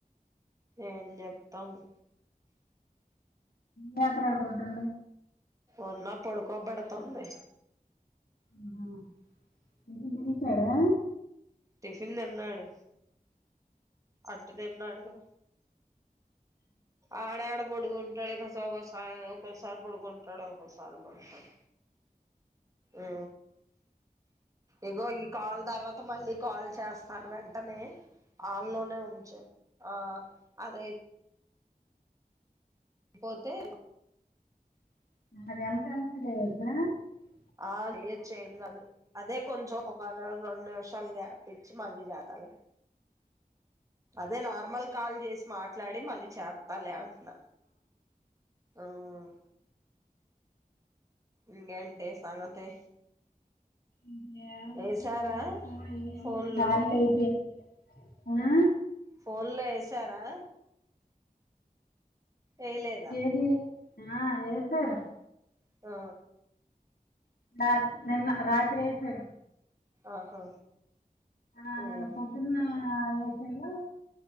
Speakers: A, on the right; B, on the left.
A: ఏం చెప్తాం <inaudible>
B: నప్ నడబొడ్డు
A: ఒన్నా పొడుకోబెడతాం లే
B: ఆహా <inaudible> తాడా
A: టిఫిన్ తిన్నాడు అట్ట దిన్నాడుగా ఆడ ఆడ బుడుగుంటాడు ఇక <unintelligible> ఒక్కోసార్ పడుగుంటాడు ఒక్కోసారి పడుకోడు ఆ ఇగో ఈ కాల్ తర్వాత మళ్ళీ కాల్ చేస్తాను వెంటనే ఆల్లోనే ఉంచు ఆ అదై పోతే
B: మనకెందుకనక <inaudible> ఆ
A: ఆడియోచు ఏం కాదు అదే కొంచెం ఒక రెండు రెండు నిమిషాలు గ్యాప్ ఇచ్చి మళ్ళీ చేతాలి అదే నార్మల్ కాల్ చేసి మాట్లాడి మళ్ళీ చేత్తాలే అ న ఉమ్ ఇకేంటి సంగతీ
B: ఇంకేముంది
A: వేశారా
B: ఎందుకు ఏం
A: ఫోన్లో
B: లేదు ఆయిల్ అయిపోయింది ఆ
A: ఫోన్లో వేశారా ఏయలేదా
B: ఏది ఆ వేశారు
A: ఆ
B: రాత్రి నిన్న రాత్రి వేశారు
A: ఆహా
B: అ
A: ఉమ్
B: నిన్న పొద్దున్న వేసిర్రు